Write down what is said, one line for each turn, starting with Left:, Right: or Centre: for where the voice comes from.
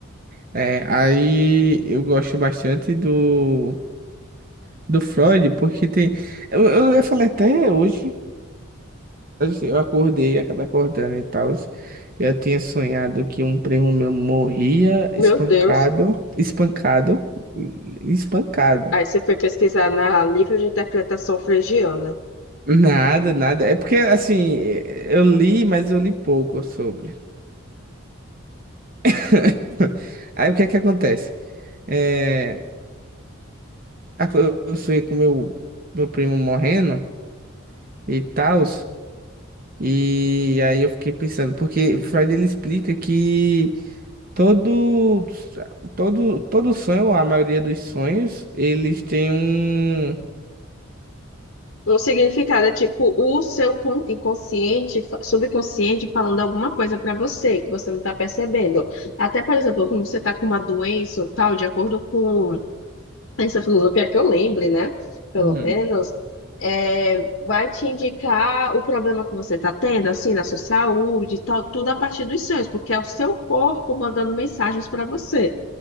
Right: É, aí eu gosto bastante do, do Freud, porque tem. Eu, eu ia falar até hoje. Eu acordei e acabei acordando e tal. Eu tinha sonhado que um primo meu morria espancado,
Left: Meu Deus.
Right: espancado, espancado.
Left: Aí você foi pesquisar na livro de interpretação freudiana.
Right: Nada, nada. É porque, assim, eu li, mas eu li pouco sobre. <laughs> Aí o que é que acontece? É, a- eu sonhei com meu, meu primo morrendo e tal. E aí eu fiquei pensando, porque Freud ele explica que. Todo, todo, todo sonho, a maioria dos sonhos, eles têm um.
Left: O significado é tipo o seu con- inconsciente, fa- subconsciente falando alguma coisa para você que você não está percebendo. Até, por exemplo, como você está com uma doença ou tal, de acordo com essa filosofia que eu lembre, né? Pelo
Right: Uhum,
Left: menos, é, vai te indicar o problema que você está tendo, assim, na sua saúde e tal, tudo a partir dos sonhos, porque é o seu corpo mandando mensagens para você,